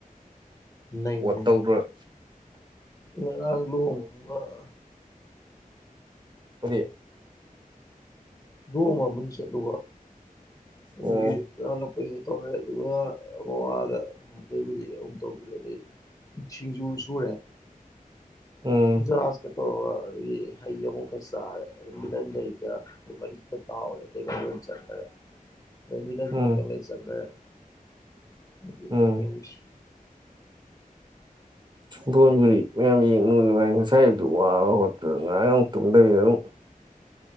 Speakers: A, on the left (about 25°); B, on the right (about 30°).
A: ꯅꯩ
B: ꯑꯣ
A: ꯅꯩ
B: ꯇꯧꯗ꯭ꯔꯣꯏ
A: ꯉꯔꯥꯡ ꯂꯨꯍ‌ꯣꯡꯕ ꯑꯜꯒꯥ
B: ꯍ‌ꯣꯏꯌ‌ꯦ
A: ꯂꯨꯍ‌ꯣꯡꯕ ꯑꯃꯁꯨ ꯆꯠꯂꯨꯕ ꯑꯗꯨꯒꯤ
B: ꯎꯝ
A: ꯍꯜꯂꯛ ꯀ ꯇꯧꯔꯦ ꯑꯗꯨꯒ ꯑ ꯑꯗ ꯑꯇꯩꯕꯨꯗꯤ ꯑꯃꯨꯛ ꯇꯧꯗꯔꯦ ꯑꯗꯩ ꯁꯤꯡꯖꯨ ꯁꯨꯔꯦ
B: ꯎꯝ
A: ꯨꯀꯨꯟꯖꯔꯥꯁ ꯀ ꯇꯧꯔꯒ ꯍꯩ ꯑꯃꯨꯛꯀ ꯆꯥꯔꯦ ꯃꯤꯂꯟꯒ ꯑꯩꯒ ꯑꯈ‌ꯣꯏ ꯃꯔꯤꯗ ꯇꯥꯍꯧꯔ‌ꯦ ꯑꯇꯩꯒꯩ ꯂ‌ꯣꯏꯟ ꯆꯪꯒ꯭ꯔ‌ꯣ ꯑꯇꯩ ꯃꯤꯂꯟꯁꯨ
B: ꯎꯝ
A: ꯉꯥꯇꯪ ꯂꯩꯔ ꯆꯪꯒ꯭ꯔ‌ꯦ ꯑꯗꯨꯗ
B: ꯎꯝ
A: ꯇꯧꯔꯤꯁꯤ <inaudible>
B: ꯕꯣꯟꯕꯨꯗꯤ ꯃꯌꯥꯝ ꯌꯦꯡꯅꯨ ꯅꯨꯡꯉꯥꯏ ꯉꯁꯥꯏ ꯑꯌꯨꯛꯇꯨ ꯋꯥꯕ ꯍꯧꯒꯠꯄꯗ ꯉꯔꯥꯡ ꯑꯃꯨꯛ ꯇꯨꯝꯗꯝꯅꯤꯅ ꯑꯗꯨꯝ